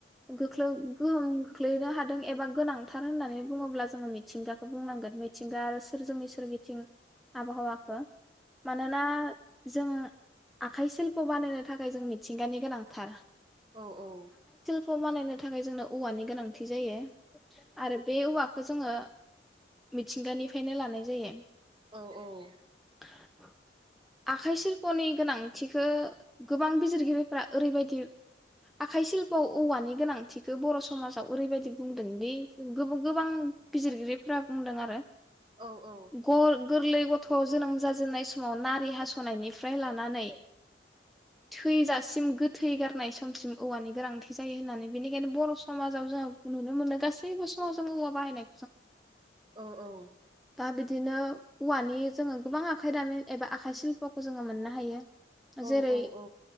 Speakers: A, in the centre; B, on the right.
A: गोख्लोम गोहोम खोख्लैनो हादों एबा गोनांथार होननानै बुङोब्ला जोङो मिथिंगाखौ बुंनांगोन मिथिंगा आरो जोंनि सोरगिदिं सोरबिथिं आबहावाखौ मानोना जों आखाइ सिल्प' बानायनो थाखाय जों मिथिंगानि गोनांथार।
B: औ औ
A: खौ बानायनो थाखाय जोंनो औवानि गोनांथि जायो आरो बे औवाखौ खो जोङो मिथिंगानिफ्रायनो लानाय जायो
B: औ औ
A: <inaudible> आखाइ सिल्पनि गोनांथिखो गोबां बिजिरगिरिफ्रा ओरैबायदि आखाइ सिल्पआव औवानि गोनांथिखौ बर' समाजाव ओरैबायदि बुंदोंदि जों गोबो गोबां बिजिरगिरिफोरा बुंदों आरो
B: औ औ
A: ग गोरलै गथ' जोनोम जाजेननाय समाव ना रैहास नायनिफ्राय लानानै थैजासिम गोथ थै गारनाय समसिम औवानि गोनांथि जायो होननानै बेनिखायनो बर' समाजाव जों नुनो मोनो गासैबो समाव जों औवा बाहायनाय
B: औ औ
A: दा बिदिनो औवानि जोङो गोबां आखायदामिन एबा आखाइ सिल्प'खौ जोङो मोननो हायो
B: औ
A: जेरै
B: औ औ